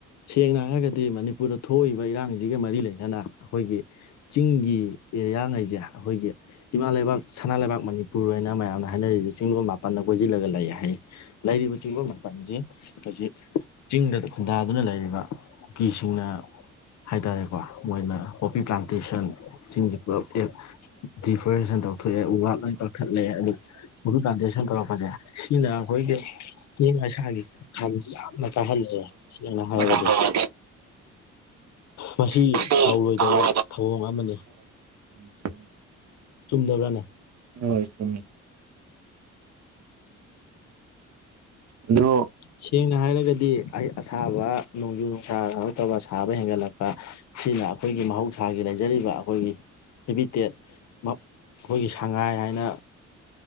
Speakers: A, on the left (about 65°); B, on the right (about 60°).
A: ꯁꯦꯡꯅ ꯍꯥꯏꯔꯒꯗꯤ ꯃꯅꯤꯄꯨꯔꯗ ꯊꯣꯛꯏꯕ ꯏꯔꯥꯡꯖꯤꯒ ꯃꯔꯤ ꯂꯩꯅꯅ ꯑꯩꯈꯣꯏꯒꯤ ꯆꯤꯡꯒꯤ ꯑꯦꯔꯤꯌꯥꯉꯩꯖꯦ ꯑꯩꯈꯣꯏꯒꯤ ꯏꯃꯥ ꯂꯩꯕꯥꯛ ꯁꯅꯥ ꯂꯩꯕꯥꯛ ꯃꯅꯤꯄꯨꯔ ꯍꯥꯏꯅ ꯃꯌꯥꯝꯅ ꯍꯥꯏꯅꯔꯤꯁꯦ ꯆꯤꯡꯂꯣꯟ ꯃꯥꯄꯟꯅꯗ ꯀꯣꯏꯁꯤꯜꯂꯒ ꯂꯩ ꯍꯥꯏ ꯂꯩꯔꯤꯕ ꯆꯤꯡꯕ ꯃꯄꯥꯟꯁꯦ ꯍꯧꯖꯤꯛ ꯆꯤꯡꯗ ꯈꯨꯟꯗꯥꯗꯨꯅ ꯂꯩꯔꯤꯕ ꯀꯨꯀꯤꯁꯤꯡꯅ ꯍꯥꯏꯇꯥꯔꯦꯀꯣ ꯃꯣꯏꯅ ꯄꯣꯄꯤ ꯄ꯭ꯂꯥꯟꯇꯦꯁꯟ ꯆꯤꯡꯖꯤ ꯄꯨꯂꯞ ꯑꯦꯞ ꯗꯤꯐꯣꯔꯦꯁꯦꯁꯟ ꯇꯧꯊꯣꯛꯑꯦ ꯎ ꯋꯥꯥꯛ ꯂꯥꯏ ꯀꯛꯊꯠꯂꯛꯑꯦ ꯑꯗꯨ ꯎꯨ ꯄ꯭ꯂꯥꯟꯇꯦꯁꯟ ꯇꯧꯔꯛꯄꯁꯦ ꯁꯤꯅ ꯑꯈꯣꯏꯒꯤ ꯏꯌꯤꯡ ꯑꯁꯥꯒꯤ ꯈꯟꯖꯤ ꯌꯥꯝꯅ ꯀꯥꯏꯍꯜꯂꯦ ꯁꯦꯡꯅ ꯍꯥꯏꯔꯒꯗꯤ
B: ꯇꯥꯏ꯫
A: ꯃꯁꯤ
B: ꯎꯝ
A: ꯇꯧꯔꯣꯏꯗꯕ
B: ꯎꯝ
A: ꯊꯧꯑꯣꯡ ꯑꯃꯅꯤ
B: ꯆꯨꯝꯃꯤ
A: ꯆꯨꯝꯗꯕ꯭ꯔꯥꯅꯦ
B: ꯍꯣꯏ ꯆꯨꯝꯃꯤ ꯑꯗꯣ
A: ꯁꯦꯡꯅ ꯍꯥꯏꯔꯒꯗꯤ ꯑꯩ ꯑꯁꯥꯕ ꯅꯣꯡꯖꯨ ꯅꯨꯡꯁꯥ ꯁꯥꯕ ꯍꯦꯟꯒꯠꯂꯛꯄ ꯁꯤꯅ ꯑꯩꯈꯣꯏꯒꯤ ꯃꯍꯧꯁꯥꯒꯤ ꯂꯩꯖꯔꯤꯕ ꯑꯩꯈꯣꯏꯒꯤ ꯍꯦꯕꯤꯇꯦꯠ ꯑꯩꯈꯣꯏꯒꯤ ꯁꯉꯥꯏ ꯍꯥꯏꯅ